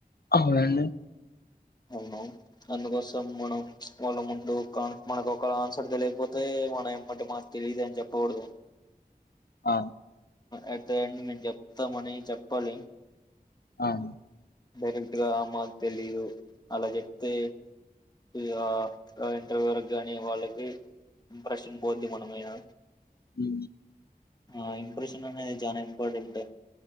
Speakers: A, on the left; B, on the left.
A: అవునండి
B: అవును అందుకోసం మనం వాళ్ళ ముందు కాన్ మనకు ఒకవెల ఆన్సర్ తెలికపోతే మన ఎమ్మటే మాక్ తెలిద్ అని చెప్పకొడదు
A: ఆ
B: ఎట్ ద ఎండ్ మేము చెప్తమని చెప్పాలి
A: అవును
B: డైరెక్ట్ గా మాకు తెలీదు అలా చెప్తే ఇగా అహ్ ఇంటర్వ్యూ వరకు గానీ వాళ్ళకి ఇంప్రెషన్ పోద్ది మనమిద
A: ఉమ్
B: ఆహ్ ఇంప్రెషన్ అనేది చనా ఇంపార్టెంట్